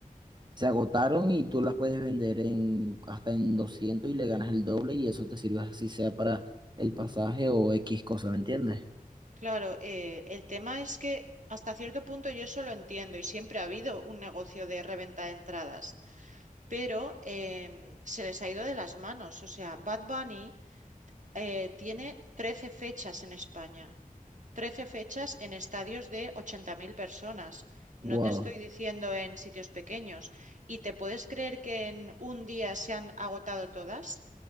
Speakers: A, on the right; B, on the right.
A: se agotaron y tú las puedes vender en, hasta en 200 y le ganas el doble y eso te sirve así sea para el pasaje o X cosa, ¿me entiendes?
B: Claro, eh, el tema es que hasta cierto punto yo eso lo entiendo y siempre ha habido un negocio de reventa de entradas, pero em, se les ha ido de las manos. O sea, Bad Bunny eh, tiene 13 fechas en España 13 fechas en estadios de 80.000 personas. No
A: Wow.
B: te estoy diciendo en sitios pequeños. ¿Y te puedes creer que en un día se han agotado todas?